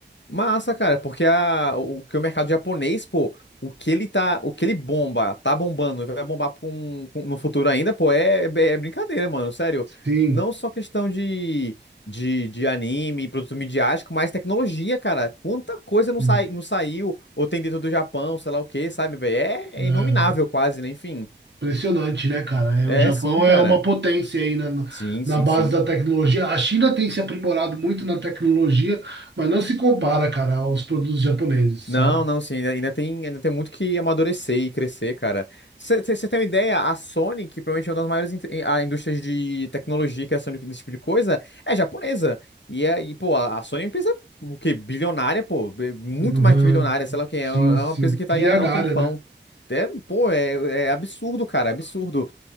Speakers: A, on the left (about 75°); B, on the right (about 70°).
A: Massa, cara, porque a, o que o mercado japonês, pô, o que ele tá, o que ele bomba, tá bombando e vai bombar com- com- no futuro ainda, pô, é, é é brincadeira, mano, sério.
B: Sim,
A: Não só questão de, de, de anime, produto midiático, mas tecnologia, cara. Quanta coisa não,
B: sim.
A: sai, não saiu ou tem dentro do Japão, sei lá o quê, sabe, velho? É,
B: é.
A: é inominável quase, né? Enfim.
B: Impressionante, né, cara? É,
A: É,
B: o Japão
A: sim, cara.
B: é uma potência aí na,
A: Sim,
B: na
A: sim,
B: base
A: sim.
B: da tecnologia. A China tem se aprimorado muito na tecnologia, mas não se compara, cara, aos produtos japoneses,
A: Não,
B: sabe?
A: não, sim, ainda, ainda tem, ainda tem muito que amadurecer e crescer, cara. Você tem uma ideia? A Sony, que provavelmente é uma das maiores in- a indústrias de tecnologia e criação de- desse tipo de coisa, é japonesa. E, é, e pô, a a Sony é uma empresa o quê? Bilionária, pô, b- muito
B: Uhum.
A: mais que bilionária, sei lá o quê, é
B: Sim,
A: uma
B: sim.
A: é uma empresa que
B: Trilhardária,
A: tá aí há, há um tempão.
B: né?
A: É, pô, é, é absurdo, cara, absurdo.